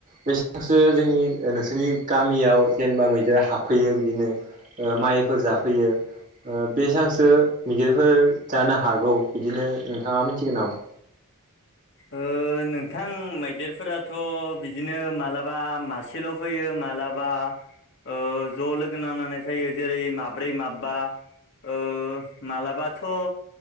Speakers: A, on the right (about 35°); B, on the left (about 55°).
A: बेसेबांसो जोंनि नोंसोरनि गामियाव जेनेबा मैदेरा हाबफैयो बिदिनो ओ माइफोर जाफैयो। ओ बेसांसो मैदेरफोर जानो हागौ बिदिनो नोंथाङा मिथिगोन नामा?
B: ओ नोंथां मैदेरफोराथ' बिदिनो मालाबा मासेल' फैयो मालाबा ओ ज' लोगो नांनानै फैयो जेरै माब्रै माबबा ओ‌ मालाबाथ' ओ